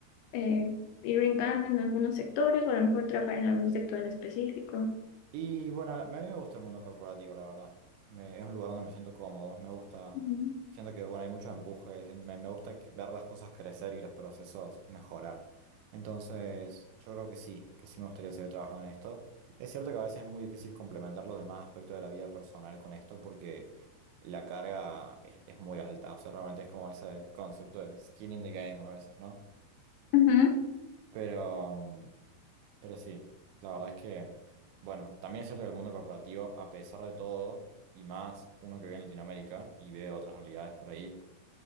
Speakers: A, on the left; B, on the right.
A: eh, ir brincando en algunos sectores o a lo mejor trabajar en algún sector en específico?
B: Y bueno, a mí me gusta el mundo corporativo, la verdad. Me- es un lugar donde me siento cómodo, me gusta,
A: Ujú.
B: siento que bueno, hay mucho empuje, me, me gusta que- ver las cosas crecer y los procesos mejorar. Entonces, yo creo que sí, que sí me gustaría seguir trabajando en esto. Es cierto que a veces es muy difícil complementar los demás aspectos de la vida personal con esto porque la carga es, es muy alta, o sea, realmente es como ese concepto de skin in the game a veces, ¿no?
A: Ujú.
B: Pero, pero sí, la verdad es que, bueno, también es cierto que el mundo corporativo, a pesar de todo, y más uno que vive en Latinoamérica y ve otras realidades por ahí,